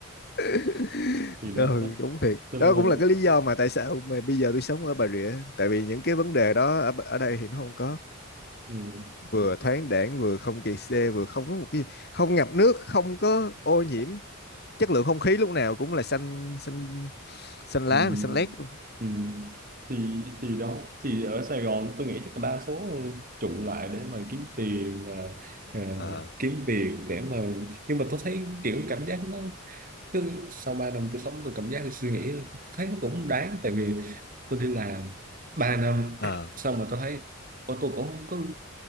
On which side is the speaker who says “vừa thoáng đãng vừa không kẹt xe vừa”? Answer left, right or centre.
Left